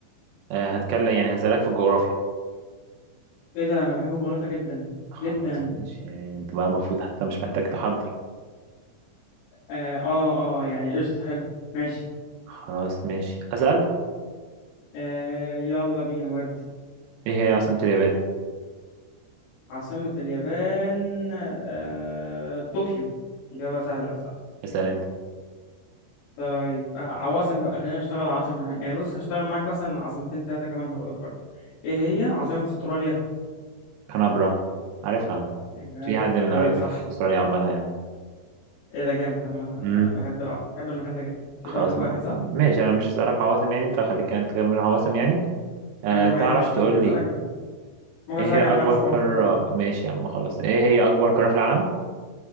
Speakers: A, on the right; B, on the left.
A: آه، هتكلم يعني هسالك في الجغرافيا
B: ايه ده انا بحب الجغرافيا جدا
A: خلاص
B: جدا
A: ماشي يعني انت بقى المفروض حتى مش محتاج تحضر
B: اه اه, آه يعني قشطة حلو ماشي
A: خلاص ماشي اسال
B: آه يلا بينا ودي
A: ايه هي عاصمه اليابان
B: عاصمة اليابان آه طوكيو إجابة سهلة صح
A: اسال انت
B: طيب آه عواصم بقى خلينا نشتغل عواصم يعني بص هشتغل معاك مثلا عاصمتين تلاتة كمان هقولك برضه ايه هي عاصمة استراليا
A: كانبرا عارفها
B: إجابة-
A: في حد من
B: ايوه
A: قرايبي
B: صح
A: في استراليا عامه يعني
B: ايه ده جامد عامة أنا
A: امم
B: بحب العصر بحب المكان ده جدا كده
A: خلاص
B: واحد واحد
A: م-
B: صح
A: ماشي انا مش هسألك عواصم يعني انت خليك انت تكمل عواصم يعني آه
B: انا معايا
A: تعرف
B: ماشي
A: ماشي تقول
B: ممكن اسالك
A: لي
B: على ممكن
A: ايه
B: اسالك
A: هي اكبر
B: على خمس عواصم
A: قارة
B: كمان
A: ماشي يا عم خلاص ايه هي اكبر قارة في العالم